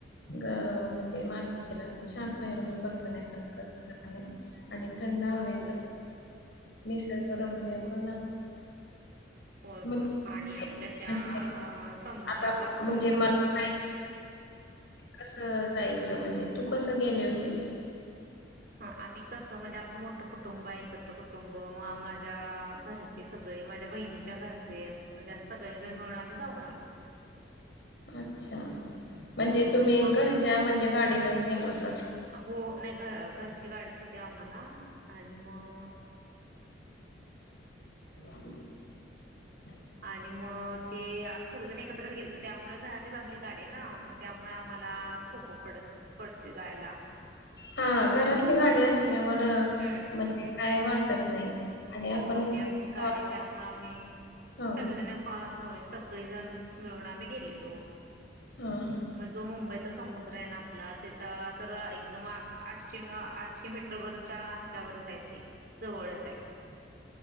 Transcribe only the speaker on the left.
ग म्हणजे माथेरानच्या. म्हणून बघ सारखं आणि थंडा हवेचा
निसर्गरम्य
पण
मग
म्हणजे
आता म्हणजे मला काय कसं जायचं म्हणजे तू कसं गेले होतेस.
अच्छा म्हणजे
तुम्ही
घरच्या म्हणजे गाडीनच गेला होता.
<inaudible>
हा घरातली गाडी असल्यावर
म्हणजे काय वाटत नाही, आणि
आपण
हो
हा
हा